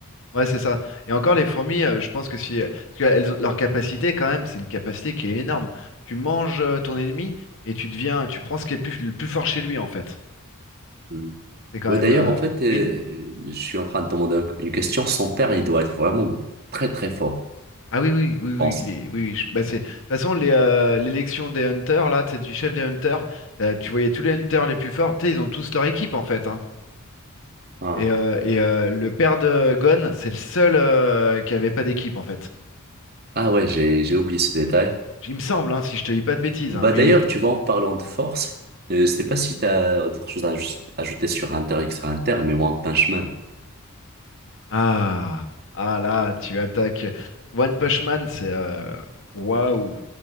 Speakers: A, on the left; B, on the right.
A: Ouais, c'est ça. Et encore, les fourmis, euh, je pense que si. euh, Parce que elles ont- leur capacité, quand même, c'est une capacité qui est énorme. Tu manges euh, ton ennemi et tu deviens. Tu prends ce qui est plus- le plus fort chez lui, en fait.
B: Mm.
A: C'est quand
B: Ouais,
A: même.
B: d'ailleurs,
A: euh,
B: en fait, euh,
A: Oui?
B: je suis en train de demander un- une question. Son père, il doit être vraiment très, très fort,
A: Ah oui, oui, oui,
B: je
A: oui,
B: pense.
A: il est, oui, oui, je- bah c'est, de toute façon, les, euh, l'élection des Hunters, là, c'est du chef des Hunters, t'as- tu voyais tous les Hunters les plus forts, tu sais, ils ont tous leur équipe, en fait, hein.
B: Ah,
A: Et, euh, et euh, le père de Gon, c'est le seul euh, qui avait pas d'équipe, en fait.
B: Ah ouais, j'ai, j'ai oublié ce détail.
A: Il me semble, hein, si je te dis pas de bêtises,
B: Bah,
A: hein, mais
B: d'ailleurs,
A: il est...
B: tu vois, en parlant de force, euh, je sais pas si t'as autre chose à aj- ajouter sur Hunter x Hunter, mais One Punch Man.
A: Ah, ah là, tu attaques. One Punch Man, c'est... euh, Waouh,